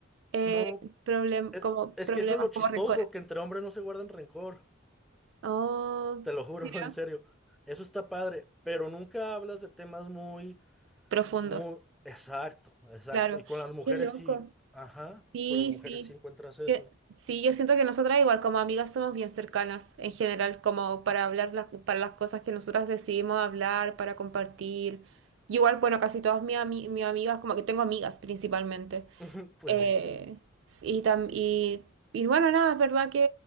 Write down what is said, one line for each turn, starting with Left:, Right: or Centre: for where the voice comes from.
Right: eh,
Centre: no.
Right: problem-
Centre: Es,
Right: como
Centre: es
Right: problemas,
Centre: que eso es lo chistoso,
Right: como rencores.
Centre: que entre hombres no se guardan rencor,
Right: Oh,
Centre: te lo juro,
Right: mira,
Centre: <laughs> en serio. Eso está padre, pero nunca hablas de temas muy,
Right: profundos,
Centre: muy, exacto, exacto.
Right: claro.
Centre: Y con las mujeres
Right: Qué loco.
Centre: sí, ajá,
Right: Sí,
Centre: y con las mujeres
Right: sí,
Centre: sí encuentras eso.
Right: sí, sí, yo siento que nosotras igual como amigas somos bien cercanas en general, como para hablar las, para las cosas que nosotras decidimos hablar, para compartir. Y igual, bueno, casi todas mis, ami- mis amigas, como que tengo amigas principalmente.
Centre: <laughs> Pues
Right: Eh,
Centre: sí,
Right: y, tam- y, y bueno, nada, es verdad que